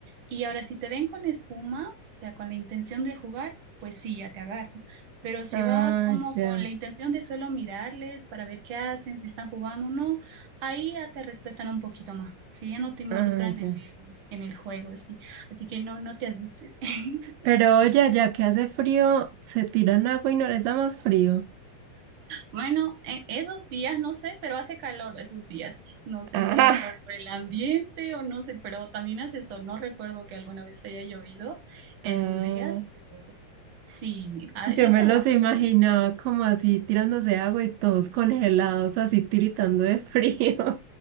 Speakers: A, on the right; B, on the right.
A: Y ahora, si te ven con espuma o sea, con la intención de jugar, pues sí, ya te agarran. Pero si
B: ah,
A: vas como con
B: ya,
A: la intención de solo mirarles para ver qué hacen, si están jugando o no, ahí ya te respetan un poquito más. Si ya no te involucran
B: ah,
A: en
B: ya.
A: el, en el juego, sí. Así que no, no te asustes. <laughs>
B: Pero oye, ya que hace frío, se tiran agua y no les da más frío.
A: Bueno, e- esos días no sé, pero hace calor esos días. No sé,
B: <laughs>
A: será
B: Ah,
A: por, por el ambiente o no sé, pero también hace sol. No recuerdo que alguna vez haya llovido esos
B: ah.
A: días, pero sí, ahí
B: Yo
A: se
B: me
A: aguanta.
B: los imaginaba como así tirándose agua y todos congelados, así tiritando de frío.